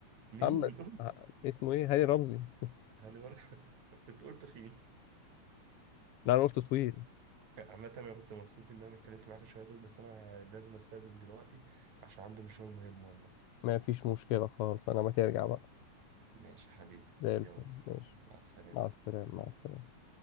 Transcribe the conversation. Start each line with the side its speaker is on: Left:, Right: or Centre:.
Right: مين؟
Left: محمد ه-
Right: <laughs>
Left: اسمه ايه هاني رمزي <laughs>
Right: هاني مر- <laughs> بتقول تخين
Left: لا انا قلت طويل
Right: عامة أنا كنت مبسوط إن أنا اتكلمت معاك شوية دول بس أنا لازم أستأذن دلوقتي عشان عندي مشوار مهم والله
Left: ما فيش مشكلة خالص انا ما ترجع بقى
Right: ماشي يا حبيبي
Left: زي
Right: يلا
Left: الفل ماشي
Right: مع السلامة
Left: مع السلامة مع السلامة